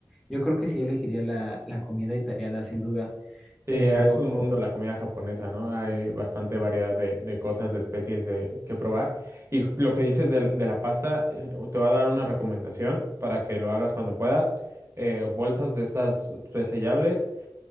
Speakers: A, in the centre; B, on the right (about 35°).
A: yo creo que sí elegiría la, la comida italiana, sin duda,
B: Sí,
A: pero
B: es un mundo la comida japonesa, ¿no? Hay bastante variedad de, de cosas, de especies de, que probar. Y lo que dices de, de la pasta, eh, te voy a dar una recomendación para que lo hagas cuando puedas. Eh, bolsas de estas resellables,